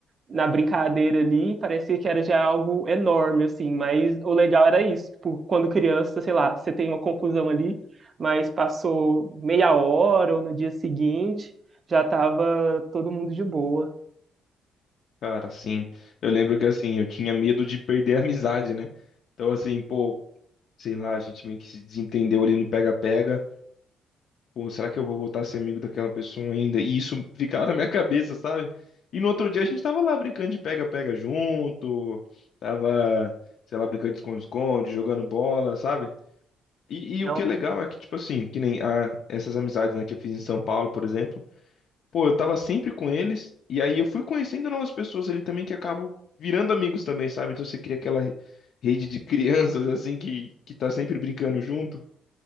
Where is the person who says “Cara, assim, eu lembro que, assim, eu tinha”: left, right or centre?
Left